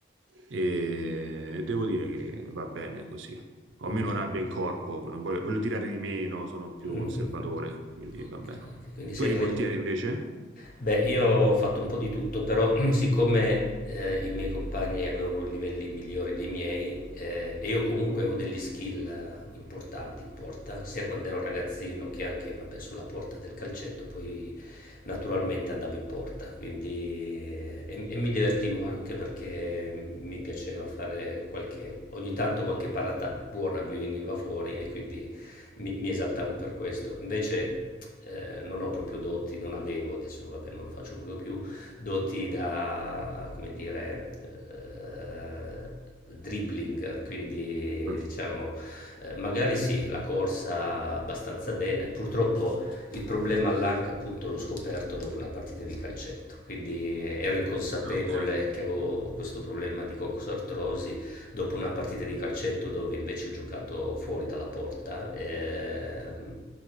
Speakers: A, on the right (about 75°); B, on the left (about 45°).
A: E devo dire che va bene così. Ho
B: Mhm.
A: meno rabbia in corpo, non voglio, voglio tirare di meno, sono più
B: Mh-mh-mh.
A: conservatore, quindi
B: Okay,
A: va bene.
B: quindi sei
A: Tu eri
B: re
A: portiere invece?
B: beh, io ho fatto un po' di tutto, però <clears throat> siccome, ehm, i miei compagni avevano livelli migliori dei miei, ehm, e io comunque avevo degli skill eh, importanti in porta, sia quando ero ragazzino che anche, vabbè, sulla porta del calcetto, poi naturalmente andavo in porta, quindi eh, e e mi divertivo anche perché mi piaceva fare qualche ogni tanto qualche parata buona mi veniva fuori e quindi mi, mi esaltavo per questo. Invece eh, non ho proprio doti, non avevo, adesso vabbè non lo faccio proprio più, doti da, come dire, eh, dribbling, quindi
A: Mm.
B: diciamo, eh, magari sì, la corsa abbastanza bene. Purtroppo il problema all'anca appunto l'ho scoperto dopo una partita di calcetto, quindi eh, ero inconsapevole
A: Ah, Ok.
B: che avevo questo problema di coxartrosi dopo una partita di calcetto dove invece ho giocato fuori dalla porta, ehm,